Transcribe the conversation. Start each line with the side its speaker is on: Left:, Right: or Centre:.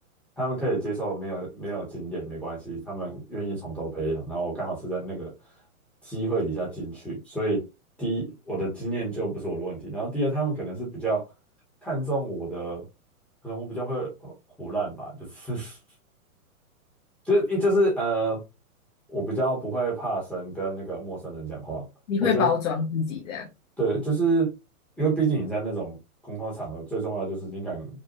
Centre: 他们可以接受没有没有经验没关系，他们愿意从头培养。然后我刚好是在那个机会底下进去，所以第一我的经验就不是我的问题，然后第二他们可能是比较看重我的，可能我比较会胡乱吧，就是 <laughs> 就是一就是呃，我比较不会怕生，跟那个陌生人讲话。
Left: 你会包装自己这样？
Centre: 我觉得对，就是因为毕竟你在那种公共场合，最重要的就是你敢